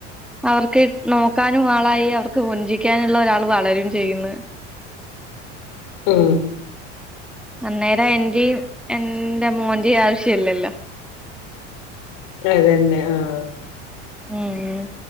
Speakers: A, in the centre; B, on the left.
A: അവർക്ക് നോക്കാനും ആളായി അവർക്ക് കൊഞ്ചിക്കാനുള്ള ഒരാള് വളരും ചെയ്യുന്ന്.
B: ഉം
A: അന്നേരം എന്റി എന്റെ മോൻന്റെയും ആവശ്യല്ലല്ലോ
B: അതന്നെ ആഹ്
A: ഉം ഉം